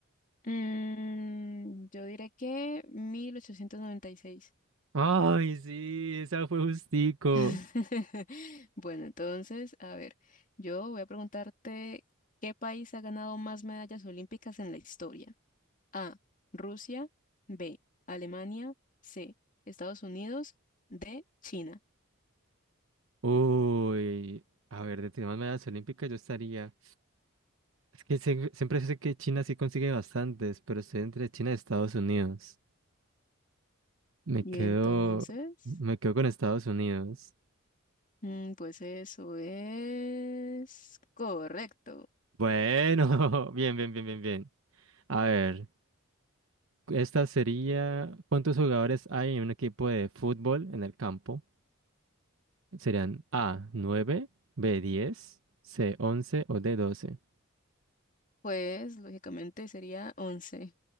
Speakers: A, on the left; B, on the right.
A: Mm, yo diré que 1896.
B: ¡Ay, sí! Esa fue justico.
A: <laughs> Bueno, entonces, a ver, yo voy a preguntarte, ¿qué país ha ganado más medallas olímpicas en la historia? A, Rusia, B, Alemania, C, Estados Unidos, D, China.
B: Uy. A ver, de temas medallas olímpicas yo estaría. Es que sie- siempre sé que China sí consigue bastantes, pero estoy entre China y Estados Unidos. Me
A: Y
B: quedo.
A: entonces...
B: Me quedo con Estados Unidos.
A: Mm, pues eso es correcto.
B: Bueno, <laughs> bien, bien, bien, bien, bien. A ver. Esta sería, ¿cuántos jugadores hay en un equipo de fútbol en el campo? Serían A, nueve B, diez C, once o D, doce
A: Pues lógicamente sería 11.